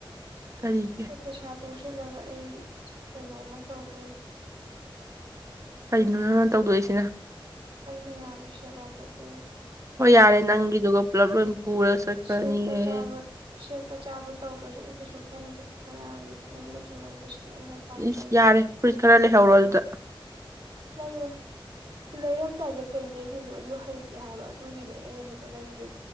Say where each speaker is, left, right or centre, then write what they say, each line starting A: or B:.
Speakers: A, on the right (about 35°); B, on the right (about 70°).
A: ꯀꯔꯤꯒꯤ
B: ꯑꯩ ꯄꯩꯁꯥ ꯇꯨꯡꯁꯤꯜꯂꯒ ꯑꯩ ꯀꯩꯅꯣꯃ ꯇꯧꯗꯣꯔꯤ
A: ꯀꯔꯤꯅꯣ ꯅꯪꯅ ꯇꯧꯗꯣꯛꯏꯁꯤꯅ
B: ꯑꯩ ꯃꯌꯥꯝꯒꯤ ꯁꯦꯕꯥ ꯇꯧꯗꯣꯔꯤ
A: ꯍꯣꯏ ꯌꯥꯔꯦ ꯅꯪꯒꯤꯗꯨꯒ ꯄꯨꯂꯞ ꯂꯣꯏ ꯄꯨꯔꯒ ꯆꯠꯈ꯭ꯔꯅꯤꯍꯦ
B: ꯁꯦꯠꯄ ꯆꯥꯕ ꯁꯦꯠꯄ ꯆꯥꯕ ꯇꯧꯗ꯭ꯔꯁꯨ ꯑꯩ ꯀꯩꯁꯨ ꯈꯟꯗꯦ ꯃꯌꯥꯝꯒꯤ ꯅꯤꯡꯕ ꯊꯨꯡꯍꯟꯕꯁꯤꯅ ꯑꯩꯅ ꯄꯥꯝꯖꯔꯤꯁꯦ
A: ꯏꯁ ꯌꯥꯔꯦ ꯐꯨꯔꯤꯠ ꯈꯔ ꯂꯩꯍꯧꯔꯣ ꯑꯗꯨꯗ
B: ꯂꯩꯔꯣꯏ ꯂꯩꯔꯝꯗꯥꯏꯗ ꯀꯔꯤ ꯂꯩꯗꯣꯏꯅꯣ ꯑꯌꯨꯛ ꯍꯩꯛꯀꯦ ꯍꯥꯏꯕ ꯑꯗꯨꯒꯤꯅꯦ ꯑꯩꯅ ꯍꯦꯛꯇ ꯂꯩꯗ꯭ꯔꯤ